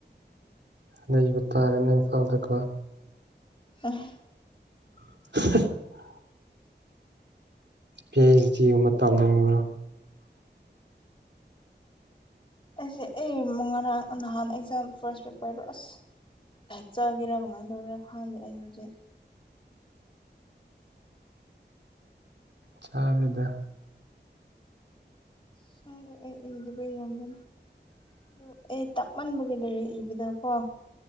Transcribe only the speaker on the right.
ꯂꯩꯕ ꯇꯥꯔꯦꯅꯦ ꯏꯟꯐꯜ ꯇꯀ
<inaudible> ꯄꯤ ꯑꯩꯁ ꯗꯤ ꯃꯇꯝꯕ
ꯆꯥꯕꯗ